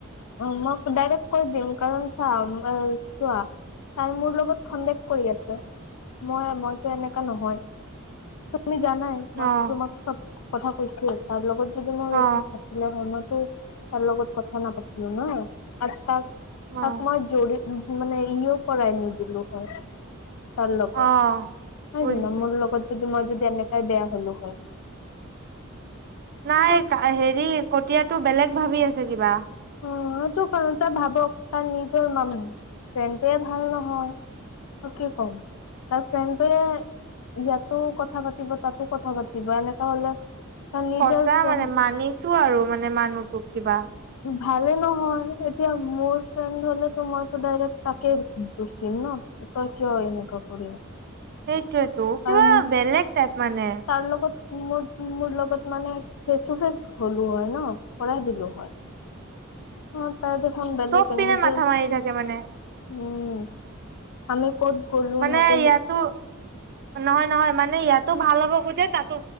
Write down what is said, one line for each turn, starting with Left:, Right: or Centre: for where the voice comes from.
Left: অ মই ডাইৰেকট কৈ দিম কাৰ চোৱা তাই মোৰ লগত সন্দেক কৰি আছে মই মইতো এনেকা নহয় মি জানাই
Right: অ
Left: মই তোমাক চব কথা কৈছো তাৰ লগত যদি মোৰ
Right: অ
Left: একো থাকিলে হয় ত লগত ক কথা নাপাতিলো ন আৰু তাক
Right: অ
Left: তাক ম যডি মানে ইও কৰাই নিদিলো হয় তাৰ লগত
Right: অ
Left: হয়াই
Right: বুজিছো
Left: কি ন মোৰ লগত যদি মই যদি এনেকাই বেয়া হলো হয়
Right: নাই
Left: কিন্তু
Right: হেৰি কটীয়াত তো বেলেগ ভাবি আছে কিবা।
Left: উ সো ক ভাবক তাৰ নিজৰ মানুহ ফ্ৰেণ্ডটয়ে ভাল নহয় কি কম তাৰ ফ্ৰেণ্ডটয়ে ইয়াতো কথা পাতিব তাতো কথা পাতিব এনেকা হলে তাৰ নিজৰ
Right: খচা
Left: ফ্ৰেণ্ড
Right: মানে মানিছো আৰু মানে মানুহটোক কিবা
Left: ভালে নহয় এতিয়া মোৰ ফ্ৰেণ্ড হলেো মইতো ডাইৰেক্ট তাকে দুখিম ন তই কিয় এইকা কৰি আছ
Right: সেইটোৱেতো
Left: আৰু
Right: কিবা বেলেগ টাইপ মানে
Left: তাৰ লগত মোৰ মোৰ লগত মানে ফেচ টু ফেচ হলো হয় ন কৰাই দিলো হয় অ ত দেখোন বেলেগ
Right: চব
Left: এনেই
Right: পিনে
Left: যে
Right: মাথা মাৰি থাকে মানে
Left: উম আমি ক'ত গলো
Right: মানে
Left: নগ'লো
Right: ইয়াতো নহয় নহয় মানে ইয়াতো ভাল হ'ব খুজে তাত